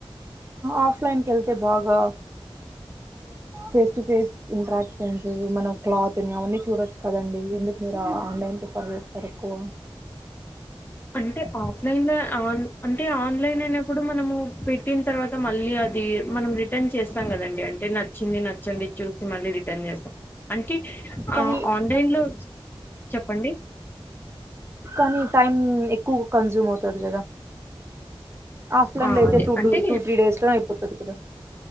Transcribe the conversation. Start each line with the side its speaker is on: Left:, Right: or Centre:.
Right: ఆఫ్లైన్ కెళ్తే బాగా ఫేస్ టూ ఫేస్ ఇంటరాక్షన్స్ మనం క్లాత్ నీ అవన్నీ చూడచ్చు కదండి. ఎందుకు మీరు ఆన్లైన్ ప్రిఫర్ చేస్తారు ఎక్కువ
Left: అంటే ఆఫ్లైన్లో ఆన్ అంటే ఆన్లైన్ల్ అయినప్పుడు మనము పెట్టిన తర్వాత మళ్ళీ అది మనం రిటర్న్ చేస్తాం కదండి అంటే నచ్చింది నచ్చంది చూసి మళ్ళీ రిటర్న్ చేస్తాం అంటే
Right: కానీ
Left: ఆన్లైన్లో చెప్పండి
Right: కానీ టైం ఎక్కువ కన్స్యూమ్ అవుతది కదా ఆఫ్లైన్లో
Left: ఆ
Right: అయితే
Left: అదే
Right: టూ
Left: అంటే
Right: టూ టూ త్రీ డేస్లో కొత్తది కదా